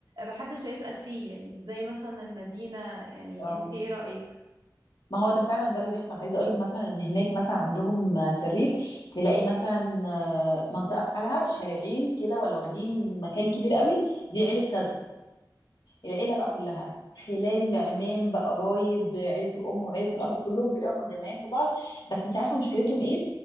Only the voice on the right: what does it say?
محدش هيسأل فيه يعني مش زي مثلا المدينة يعني
انت ايه رأيك؟